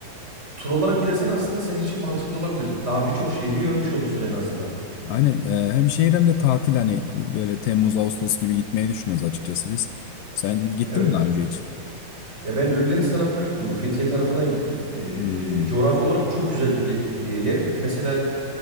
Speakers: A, on the right; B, on the left.
A: Tur olarak gidersen aslında senin için mantıklı olabilir. Daha birçok şehri görmüş olursun en azından.
B: Aynen e, hem şehir hem de tatil hani böyle Temmuz Ağustos gibi gitmeyi düşünüyoruz açıkçası biz. Sen gittin
A: Evet.
B: mi daha önce hiç?
A: Ya ben Ölüdeniz tarafına gittim. Bu Fethiye tarafına gittim.
B: Hmm.
A: E, coğrafi olarak çok güzel bir ge- e, yer. Mesela